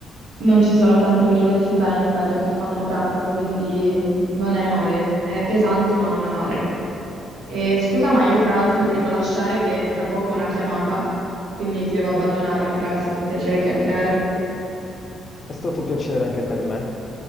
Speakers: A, on the right (about 80°); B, on the left (about 40°).
A: non ci sono tante università in Italia che fanno pratica, quindi non è male. È pesante, ma non è male. E scusa, ma io tra l'altro ti
B: Sì,
A: devo lasciare che fra poco ho una chiamata, quindi ti devo abbandonare, però è stato un piacere chiacchierare.
B: È stato un piacere anche per me.